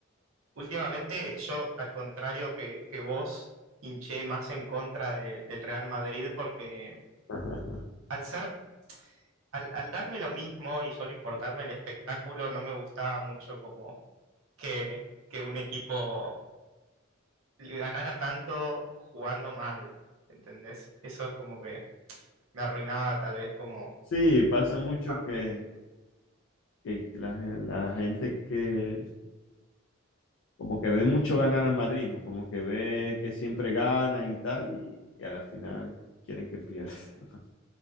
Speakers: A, on the right; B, on the left.
A: últimamente yo, al contrario que, que vos, hinché más en contra de- del Real Madrid porque
B: <laughs>
A: al ser, al, al darme lo mismo y solo importarme el espectáculo, no me gustaba mucho como que, que un equipo ganara tanto jugando mal, ¿entendés? Eso es como que me arruinaba tal vez como
B: Sí, pasa mucho
A: parte.
B: que, que la, la gente que como que ve mucho ganar al Madrid, o como que ve que siempre ganan y tal, y, y a la final quieren que pierda. <laughs>